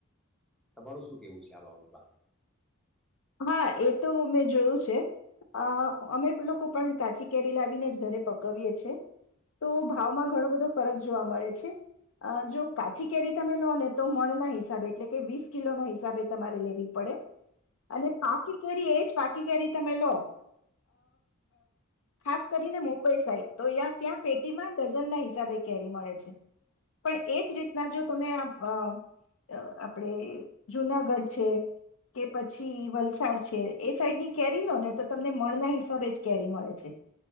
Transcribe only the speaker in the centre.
તમારું શું કેવું છે આ બાબતમાં